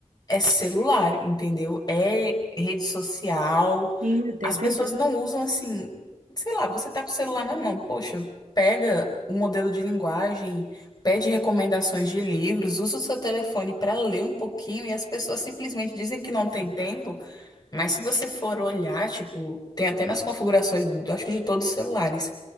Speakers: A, on the left; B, on the right.
A: é celular, entendeu? É rede social.
B: E o
A: As
B: tempo
A: pessoas
B: inteiro.
A: não usam assim, sei lá, você tá com o celular na mão, poxa, pega o modelo de linguagem, pede recomendações de livros, usa o seu telefone para ler um pouquinho e as pessoas simplesmente dizem que não tem tempo, mas se você for olhar, tipo, tem até nas configurações, acho que de todos os celulares,